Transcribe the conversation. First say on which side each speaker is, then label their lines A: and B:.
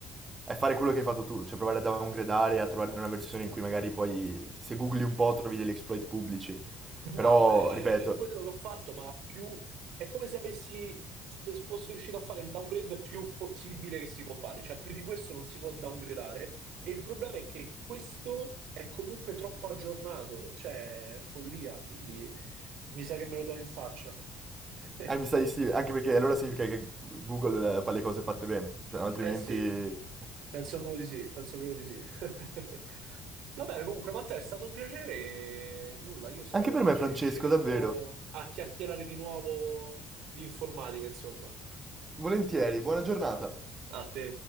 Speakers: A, on the right (about 20°); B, on the right (about 75°).
A: è fare quello che hai fatto tu, cioè provare a downgradare, a trovare una versione in cui magari poi se googli un po' trovi degli exploit pubblici,
B: Bravo,
A: però
B: è
A: ripeto,
B: è quello che ho fatto, ma più è come se avessi, se fossi riuscito a fare il downgrade più possibile che si può fare, cioè più di questo non si può downgradare e il problema è che questo è comunque troppo aggiornato, cioè è follia, quindi mi sa che me lo do in faccia. <laughs>
A: eh, mi sa di sì, anche perché allora significa che Google eh, fa le cose fatte bene, se no altrimenti...
B: Eh sì, penso proprio di sì, penso proprio di sì. <laughs> Va bene, comunque, Matteo, è stato un piacere e nulla, io spero
A: Anche per
B: che
A: me
B: ci
A: Francesco,
B: riusciremo
A: davvero.
B: a chiacchierare di nuovo di informatica, insomma.
A: Volentieri, buona giornata.
B: A te.